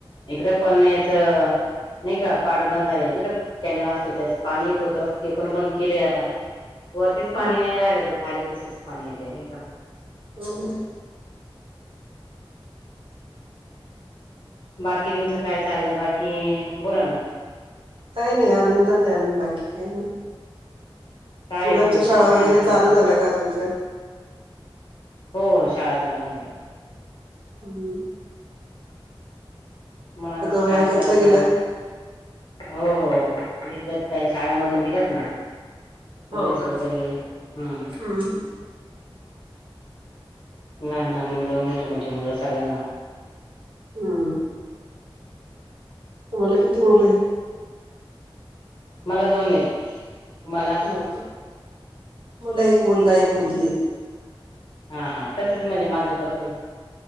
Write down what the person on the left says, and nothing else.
इकडे पण्याच नाही का पाठ बंदले नाही का कॅनल असतो त्याचं पाणी येत होत ते पण बंद केलंय आता वरतीच
पाणी नाही राहिलं ते खाली कसंच पाणी येते नाही का
बाकी तुमचं काय चाललंय बाकी बोला ना
काय
तुमच तिकड
पाण्यासारखं
हो हो शाळा चाल झालं
मुलांची शाळा
चालू झाली
हो हो हो घेतलेत काय शाळेमधून दिलेत ना
ड्रेस
वगैरे हम
ल लान मुलं मोठे मोठे मुलं सगळ्यांना
मला दोन आहेत तुम्हाला
हा हा तसेच म्हणजे माझं पत